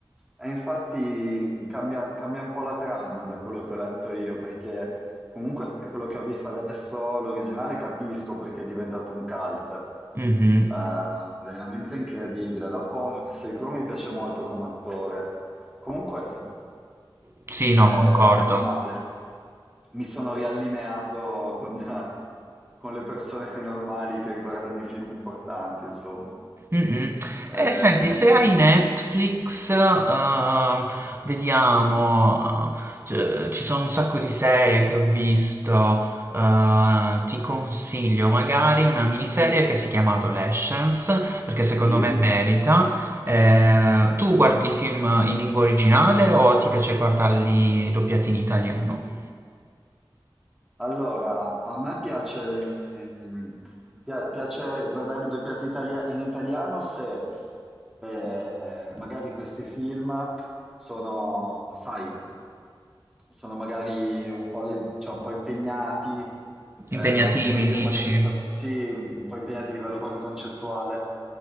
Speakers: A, in the centre; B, on the right.
A: E infatti cambia, cambia un po' la trama da quello che ho letto io, perché comunque quello che ho visto adesso, l'originale capisco perché è diventato un cult.
B: Mhm.
A: Eh, veramente incredibile. Dopo Russell Crowe mi piace molto come attore. Comunque,
B: Sì, no,
A: eh,
B: concordo.
A: eh, dai, meno male. Mi sono riallineato con, <laughs> eh, con le persone normali che guardano i film importanti, insomma.
B: Mm-mm. E
A: Eh,
B: senti, se hai Netflix, ehm, vediamo, c- ci sono un sacco di serie che ho visto, eh, ti consiglio magari una miniserie che si chiama Adolescence, perché secondo
A: sì?
B: me merita. Eh, tu guardi film in lingua originale o ti piace guardarli doppiati in italiano?
A: Allora, a me piace, pia- piace guardare i doppiati italia- in italiano se eh, magari questi film sono, sai, sono magari un po', le- cioè un po' impegnati,
B: Impegnativi,
A: eh, oppure io
B: dici?
A: magari so- sì, un po' impegnati a livello proprio concettuale,